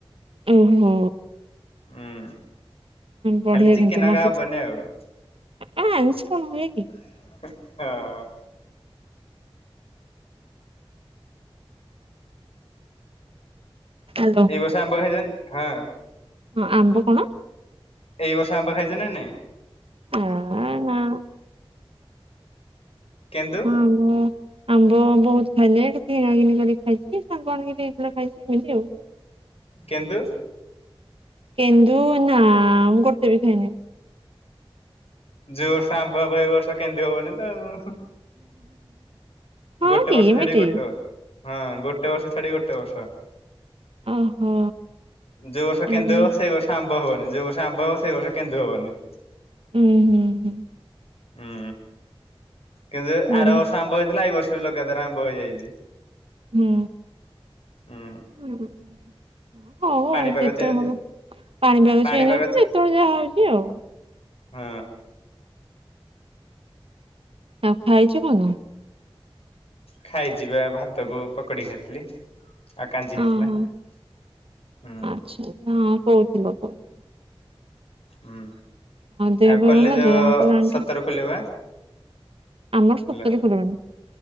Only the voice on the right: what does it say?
ଓହୋ
ବଢିଆ
କିନ୍ତୁ
ମତେ
ତ
ଆ ଆଇଁଷ କଣ ହୁଏ କି?
ଆଜ
ହଁ ଆମ୍ବ କଣ?
ହ ନା।
ଆମ୍ବ ଆମ୍ବ ବହୁତ ଖାଇଲେ ଟିକେ କିଣା କିଣି କର ଖାଇଛି ସାଙ୍ଗମାନେ ବବି ଦେଇଥିଲେ ଖାଇଛି ଏମିତି ଆଉ।
କେନ୍ଦୁ ନା ମୁଁ ଗୋଟାବି ଖାଇନିି।
ହଁ
କି
ଏମିତି
ଓହୋ
ଏମିତି
ହୁଁ, ହୁଁ, ହୁଁ
ବଢିଆ
ହୁଁ
ହୁଁ <unintelligible>
ଯେତେବେଳେ
ହବ ପାଣି ପାାଗ
ଚେଞ୍ଜ ହେଉଚି। ଯେତେବେଳେ ଯାହା ହଉଚି ଆଉ।
ଆଉ ଖାଇଚୁ କଣ?
ଓହୋ।
ଆଚ୍ଛା ହଁ କହୁଥିଲ କହୁଥି
ଦେହ
ପା
ଭଲ ଯେ ଅଙ୍କଲ ଆଣ୍ଟି?
ଆମର ସତରେ
ଖୋଲିବନି।